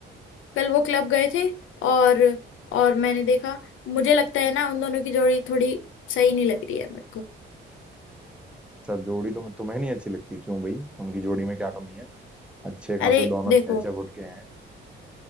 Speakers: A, on the left (about 80°); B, in the centre.
A: कल वो क्लब गए थे और और मैंने देखा मुझे लगता है ना उन दोनों की जोड़ी थोड़ी सही नहीं लग रही है मेरे को
B: अच्छा जोड़ी तो तुम्हें नहीं अच्छी लगती क्यों भाई उनकी जोड़ी में क्या कमी है अच्छे खासे
A: अरे
B: दोनों
A: देखो
B: छह छह फुट के हैं